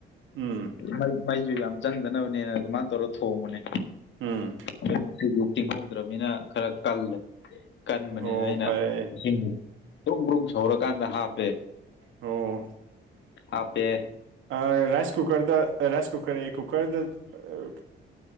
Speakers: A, on the right; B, on the left.
A: ꯎꯝ
B: ꯃꯩ ꯃꯩꯁꯨ ꯌꯥꯝ ꯆꯪꯗꯅꯕꯅꯦꯅ ꯑꯗꯨꯃꯥꯏꯅ ꯇꯧꯔ ꯊꯣꯡꯕꯅꯦ
A: ꯎꯝ
B: ꯑꯥꯗꯣ ꯉꯁꯤꯗꯤ ꯇꯤꯡꯍꯧꯗ꯭ꯔꯕꯅꯤꯅ ꯈꯔ ꯀꯜꯂꯦ ꯀꯟꯕꯅꯤꯅꯦ
A: ꯑꯣ
B: ꯑꯩꯅ
A: ꯐꯔꯦ
B: ꯏꯁꯤꯡꯕꯨ ꯗꯨꯡ ꯕ꯭ꯔꯨꯡ ꯁꯧꯔꯀꯥꯟꯗ ꯍꯥꯞꯄꯦ
A: ꯑꯣ
B: ꯍꯥꯞꯄꯦ
A: ꯑꯥ ꯔꯥꯏꯁ ꯀꯨꯀꯔꯗ ꯔꯥꯏꯁ ꯀꯨꯀꯔꯌꯦ ꯀꯨꯀꯔꯗ ꯑꯥ